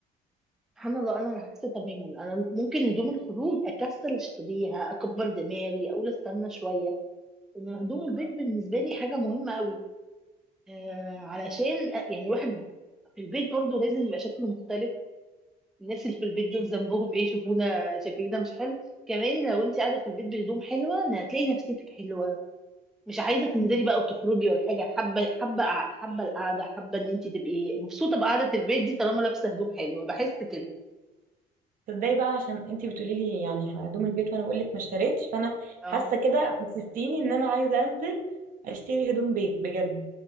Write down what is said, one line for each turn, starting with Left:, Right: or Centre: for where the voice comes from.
Centre: سبحان الله انا العكس تماما انا ممكن هدوم الخروج اكسل اشتريها اكبر دماغي اقول استنى شويه ان هدوم البيت بالنسبه لي حاجه مهمه قوي آه علشان يعني الواحد في البيت برضه لازم يبقى شكله مختلف الناس اللي في البيت دول ذنبهم ايه شوفونا شكلنا مش حلو كمان لو انت قاعده في البيت بهدوم حلوه هتلاقي نفسيتك حلوه مش عايزه تنزلي بقى وتخرجي ولا حاجه حابه حابه قع- حابه القعده حابه ان انت تبقي مبسوطه بقعده البيت دي طالما لابسه هدوم حلوه بحس كده
Right: تصدقي بقى عشان انتي بتقولي لي يعني هدوم البيت وانا بقول لك ما اشتريتش فانا
Centre: اه
Right: حاسة كده حسستيني ان انا عايزة انزل اشتري هدوم بيت بجد